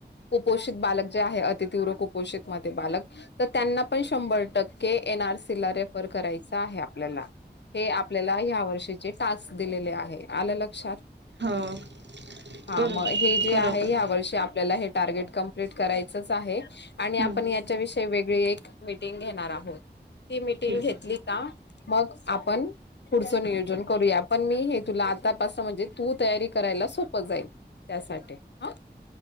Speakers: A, on the left (about 75°); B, on the right (about 80°).
A: कपोषित बालक जे आहे अति तीव्र कुपोषित मध्ये बालक तर त्यांना पण शंभर टक्के एन आर सी ला रेफ करायचा आहे आपल्याला हे आपल्याला ह्या वर्षीचे तस्क दिलेले आहे आल्या लक्षात.
B: हो
A: हा
B: करू
A: मग हे जे
B: करू
A: आहे
B: आपण
A: ह्या वर्षी आपल्याला हे टार्गेट कं्प्लीट करायंच आहे. आणि आपण
B: हम्म
A: याच्याविषयी वेग व्रे एक मीटिंग घेणार आहोत. ती मिीटिंग
B: ठीक
A: घेतली का मग आपण पुढचं नियोजन करूया पण मी हे तुला आतापास म्हणजे तू तयारी करायला सोपं जाईल त्यासाठी ह